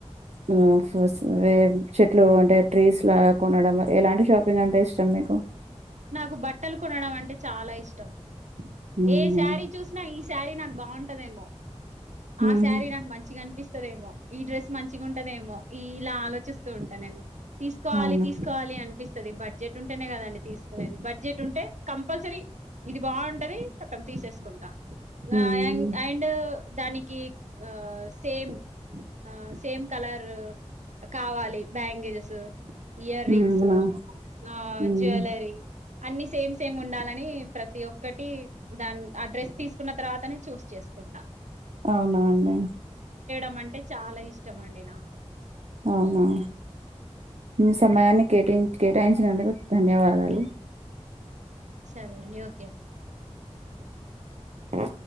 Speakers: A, on the right; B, on the right.
A: ఆ <unintelligible> చెట్లు అంటే ట్రీస్ లా కొనడం ఎలాంటి షాపింగ్ అంటే ఇష్టం మీకు
B: నాకు బట్టలు కొనడం అంటే చాలా ఇష్టం
A: ఉహు
B: ఏ శారీ చూసినా ఈ శారీ నాకు బాగుంటదేమో ఆ
A: ఉహు
B: శారీ నాకు మంచిగా అనిపిస్తుంది తదేమో ఈ డ్రెస్ మంచిగా ఉంటదేమో ఈ ఇలా ఆలోచిస్తూ ఉంటా నేను తీసుకోవాలి
A: అవునా
B: తీసుకోవాలి అనిపిస్తుంది బడ్జెట్ ఉంటేనే కదండి తీసు బడ్జెట్ ఉంటే కంపల్సరీ ఇది బాగుంటది కతం తీసేసుకుంటా
A: ఉమ్
B: ఆ అన్ అండ్ దానికి ఆ సేమ్ ఆ సేమ్ కలర్ కావాలి బ్యాంగిల్స్ ఇయర్
A: అవునా
B: రింగ్స్ ఆ
A: ఉమ్
B: జువెలరి అన్ని సేమ్ సేమ్ ఉండాలని ప్రతి ఒక్కటి దాని ఆ డ్రెస్ తీసుకున్న తర్వాతనే చూస్ తీసుకుంటా
A: అవునా అండి
B: ఉమ్ అంటే చాలా ఇష్టం అండి నాకు
A: అవునా మీ సమయాన్ని కేటాయి కేటాయించినందుకు ధన్యవాదాలు
B: సరే అండి ఓకే
A: ఆఓ